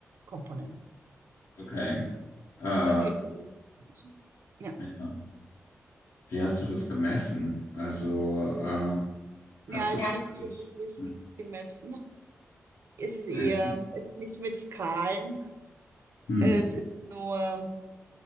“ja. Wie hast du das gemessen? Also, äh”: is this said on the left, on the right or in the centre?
Left